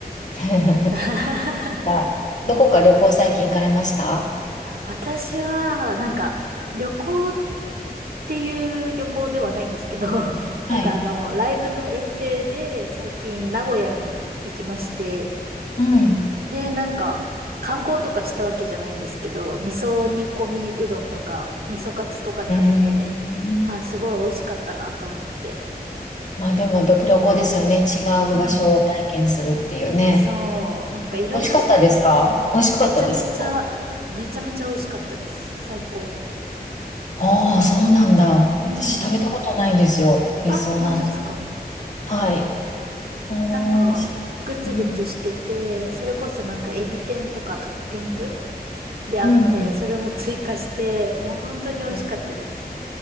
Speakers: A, on the left; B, on the right.
A: <laughs>
B: ぁ。
A: あどこか旅行最近行かれました
B: <laughs> 私は、なんか、旅行っていう旅行ではないんですけど、<laughs>
A: はい。
B: なんかあの、ライブの遠征で最近名古屋に行きまして、
A: うん。
B: で、なんか、観光とかしたわけじゃないんですけど、味噌煮込みうどんとか、味噌カツとか食べて、
A: うん。
B: あ、すごい美味しかったなと思って。
A: まあでもど旅行ですよね。違う場所を体験するっていうね。
B: うん。そう、なんかいろんな種類、
A: 美味しかったですか美味しかったですか
B: めちゃめちゃ、めちゃめちゃ美味しかったです。最高。
A: ああ、そうなんだ。
B: うん。
A: 私食べたことないんですよ。味噌なん。
B: あ、本当ですか
A: はい。ああ、
B: なんか、
A: し
B: グツグツしてて、
A: うん。
B: それこそなんかエビ天とかトッピングであって、
A: うん。
B: それも追加して、もう本当に美味しかったです。
A: はい